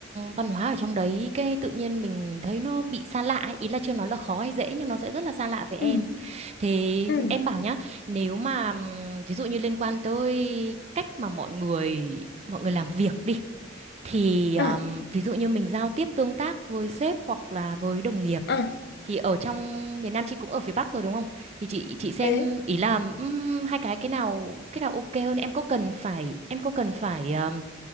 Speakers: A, on the right (about 30°); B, on the left (about 50°).
A: văn hóa ở trong đấy cái tự nhiên mình thấy nó bị xa lạ ấy. Ý là chưa nói là khó hay dễ nhưng nó sẽ rất là xa lạ với em.
B: ừ
A: Thế
B: ừ
A: em bảo nhá, nếu mà ừm, ví dụ như liên quan tới cách mà mọi người mọi người làm việc đi thì ừm,
B: à
A: ví dụ như mình giao tiếp tương tác với sếp hoặc là với đồng nghiệp
B: à
A: thì ở trong miền Nam chị cũng ở phía Bắc rồi đúng không? Thì chị chị xem
B: thế
A: ý là ừm, hai cái cái nào cái nào ok hơn em có cần phải em có cần phải ừm,